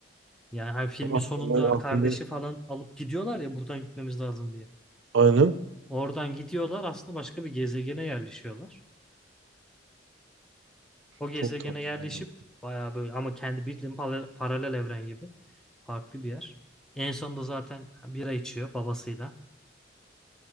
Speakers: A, in the centre; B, on the right (about 70°).
A: Yani hani filmin
B: Akıllı,
A: sonunda
B: akıllı.
A: kardeşi falan alıp gidiyorlar ya buradan gitmemiz lazım diye.
B: Aynen.
A: Oradan gidiyorlar aslında başka bir gezegene yerleşiyorlar. O gezegene
B: Çok tatlı.
A: yerleşip
B: yani.
A: bayağı böyle ama kendi bildiğin pale- paralel evren gibi farklı bir yer. En sonunda zaten bira içiyor babasıyla.